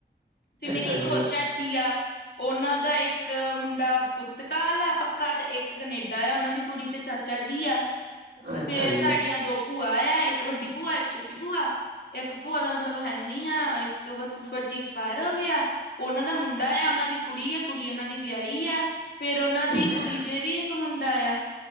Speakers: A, on the left (about 70°); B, on the right (about 85°).
A: ਤੇ ਮੇਰੀ
B: ਅੱਛਾ
A: ਇੱਕ
B: ਜੀ।
A: ਹੋਰ ਚਾਚੀ ਯਾ ਔਨਾਂ ਦਾ ਏਕ ਮੁੰਡਾ ਪੁਰਤਕਾਲ ਆ। ਪ ਕਾ ਤੇ ਏਕ ਕਨੇਡਾ ਆ ਉਨਾਂ ਦੀ ਕੁੜੀ ਤੇ ਚਾਚਾ ਜੀ ਆ।
B: ਅੱਛਾ
A: ਫੇਰ
B: ਜੀ।
A: ਸਾਡੀਆਂ ਦੋ ਭੂਆ ਐ ਏਕ ਵੱਡੀ ਭੂਆ, ਏਕ ਛੋਟੀ ਭੂਆ। ਏਕ ਭੂਆ ਦਾ ਮਤਲਬ ਹੈ ਨੀ ਆ ਏਕ ਬ ਫੂਫੜ ਜੀ ਅਕਸ ਪਾਯੇਰ ਹੋਗੇ ਆ। ਔਨਾਂ ਦਾ ਮੁੰਡਾ ਆ, ਔਨਾਂ ਦੀ ਕੁੜੀ ਆ ਕੁੜੀ ਓਨਾਂ ਦੀ ਵਿਆਹੀ ਐ। ਫੇਰ ਔਨਾਂ ਦੀ
B: ਅੱਛਾ
A: ਕੁੜੀ ਦੇ ਵੀ ਇੱਕ ਮੁੰਡਾ ਆ,